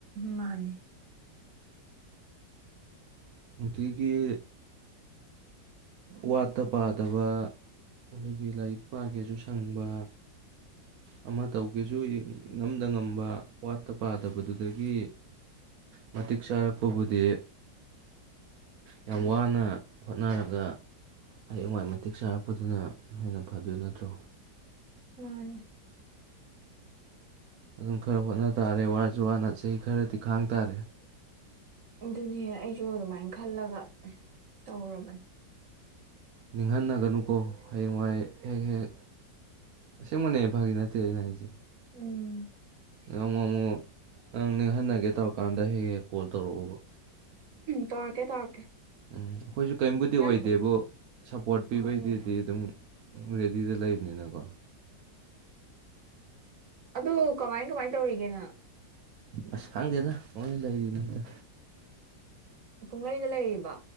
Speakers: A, on the right (about 50°); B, on the right (about 65°).
A: ꯃꯥꯅꯦ
B: ꯑꯗꯨꯒꯤ ꯋꯥꯠꯇ ꯄꯥꯗꯕ ꯑꯗꯨꯒꯤ ꯂꯥꯏꯔꯤꯛ ꯄꯥꯒꯦꯁꯨ ꯁꯪꯕ ꯑꯃ ꯇꯧꯒꯦꯁꯨ ꯍꯦ ꯏꯉꯝꯗ ꯉꯝꯕ ꯋꯥꯠꯇ ꯄꯥꯗꯕꯗꯨꯗꯒꯤ ꯃꯇꯤꯛ ꯆꯥꯔꯛꯄꯕꯨꯗꯤ ꯌꯥꯝ ꯋꯥꯅ ꯍꯣꯠꯅꯔꯒ ꯍꯌꯦꯡꯋꯥꯏ ꯃꯇꯤꯛ ꯆꯥꯔꯛꯄꯗꯨꯅ ꯍꯦꯟꯅ ꯐꯗꯣꯏ ꯅꯠꯇ꯭ꯔꯣ
A: ꯃꯥꯅꯦ <inaudible>
B: ꯑꯗꯨꯝ ꯈꯔ ꯍꯣꯠꯅ ꯇꯥꯔꯦ ꯋꯥꯁꯨ ꯋꯥꯅ ꯆꯍꯤ ꯈꯔꯗꯤ ꯈꯥꯡ ꯇꯥꯔꯦ
A: ꯑꯗꯨꯅꯦ ꯑꯩꯁꯨ ꯑꯗꯨꯃꯥꯏꯅ ꯈꯜꯂꯒ ꯇꯧꯔꯕꯅꯦ
B: ꯅꯤꯡꯍꯟꯅꯒꯅꯨꯀꯣ ꯍꯌꯦꯡꯋꯥꯏ ꯍꯦꯛ ꯍꯦꯛ ꯑꯁꯦꯡꯕꯅꯦ ꯐꯥꯒꯤ ꯅꯠꯇꯦ ꯑꯩꯅ ꯍꯥꯏꯁꯦ
A: ꯎꯝ
B: ꯑꯃꯨꯛ ꯑꯃꯨꯛ ꯅꯪ ꯅꯤꯡꯍꯟꯅꯒꯦ ꯇꯧꯔꯀꯥꯟꯗ ꯍꯦꯛ ꯍꯦꯛ ꯀꯣꯜ ꯇꯧꯔꯛꯑꯣꯕ
A: ꯇꯧꯔꯛꯀꯦ ꯇꯧꯔꯛꯀꯦ
B: ꯎꯝ ꯑꯩꯈꯣꯏꯁꯨ ꯀꯩꯝꯕꯨꯗꯤ
A: ꯅꯪ
B: ꯑꯣꯏꯗꯦꯕꯨ ꯁꯞꯄꯣꯔꯠ ꯄꯤꯕꯩꯗꯤ
A: ꯍꯣꯏꯅꯦ
B: ꯗꯤ ꯑꯗꯨꯝ ꯔꯦꯗꯤꯗ ꯂꯩꯕꯅꯤꯅꯀꯣ
A: ꯑꯗꯨ ꯀꯃꯥꯏ ꯀꯃꯥꯏ ꯇꯧꯔꯤꯒꯦ ꯅꯪ
B: ꯑꯁ ꯈꯪꯗꯦꯗ ꯄꯪꯂꯩ ꯂꯩꯔꯤꯝꯅꯤꯗ
A: ꯄꯨꯡꯂꯩꯗ ꯂꯩꯔꯤꯕ